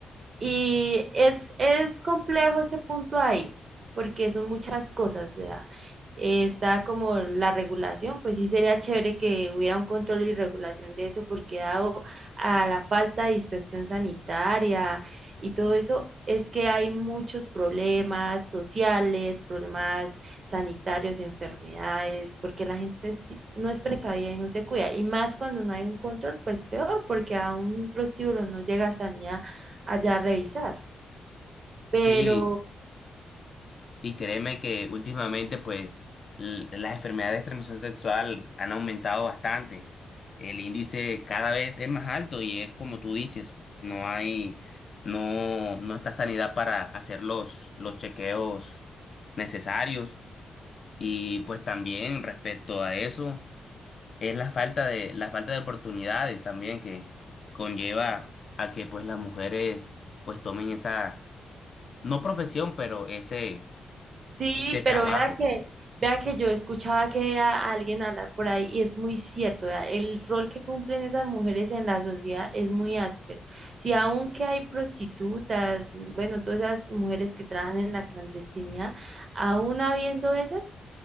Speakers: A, on the right; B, on the left.
A: Y es, es complejo ese punto ahí, porque son muchas cosas. O sea, eh, está como la regulación, pues sí sería chévere que hubiera un control y regulación de eso, porque dado a la falta de inspección sanitaria y todo eso, es que hay muchos problemas sociales, problemas sanitarios, enfermedades, porque la gente sí- no es precavida y no se cuida. Y más cuando no hay un control, pues peor, porque a un prostíbulo no llega sanidad allá a revisar. Pero
B: Sí, y créeme que últimamente, pues, l- las enfermedades de transmisión sexual han aumentado bastante. El índice cada vez es más alto y es como tú dices, no hay, no, no está sanidad para hacer los, los chequeos necesarios. Y pues también respecto a eso. es la falta de, la falta de oportunidades también que conlleva a que pues las mujeres pues tomen esa, no profesión, pero ese,
A: sí,
B: ese trabajo.
A: pero vea que, vea que yo escuchaba que a alguien hablar por ahí y es muy cierto, vea, el rol que cumplen esas mujeres en la sociedad es muy áspero. Si aunque hay prostitutas, bueno, todas esas mujeres que trabajan en la clandestinidad, aún habiendo ellas,